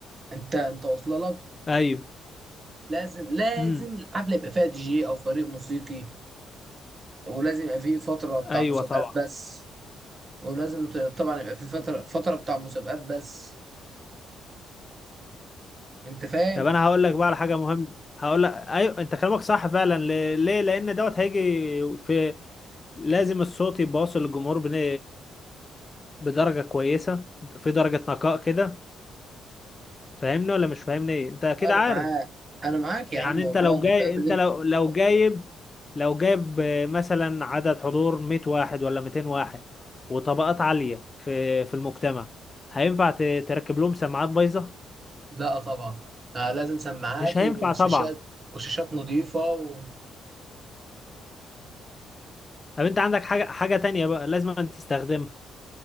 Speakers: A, on the right; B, on the left.
A: انت انت واصله لك
B: ايوه
A: لازم لازم
B: امم
A: الحفله يبقى فيها دي جي او فريق موسيقي ولازم يبقى فيه فتره بتاع
B: ايوه
A: مسابقات
B: طبعا
A: بس ولازم ت- طبعا يبقى فيه فتره فتره بتاع مسابقات بس انت فاهم
B: طب انا هقول لك بقى على حاجه مهمه هقول لك ايوه انت كلامك صح فعلا ل- ليه لان دوت هيجي في لازم الصوت يبقى واصل للجمهور بن- بدرجه كويسه في درجه نقاء كده فاهمني ولا مش فاهمني ايه انت اكيد
A: انا
B: عارف
A: معاك انا معاك
B: يعني
A: يا عم والله
B: انت لو
A: انا
B: جاي
A: فاهم
B: انت
A: اللي انت
B: لو لو جايب لو جايب آه، مثلا عدد حضور 100 واحد ولا 200 واحد وطبقات عالية في في المجتمع هينفع ت- تركب لهم سماعات بايظة
A: لا طبعا آه لازم سماعات
B: مش هينفع
A: وشاشات
B: طبعا
A: وشاشات نظيفه و...
B: طب انت عندك حاجة حاجة تانية بقى لازم أن تستخدمها